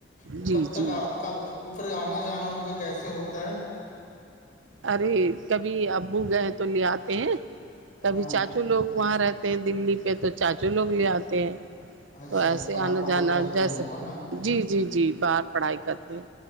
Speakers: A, on the left; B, on the right.
A: وہ
B: جی
A: کب
B: جی
A: تک آپ کاب وہ پھر آنا جانا ان کا کیسے ہوتا ہے
B: ارے کبھی ابو گئے تو لے آتے ہیں کبھی
A: ہاں
B: چاچو چچو لوگ وہاں رہتے ہیں دلی پہ تو چاچو لوگ لے آتے ہیں
A: اچھا
B: تو ایسے
A: باہر
B: ہی آنا
A: پڑھائی
B: جانا
A: کرتے
B: جیسے
A: ہیں وہ ہے نا
B: جی جی جی باہر پڑھائی کرتے ہیں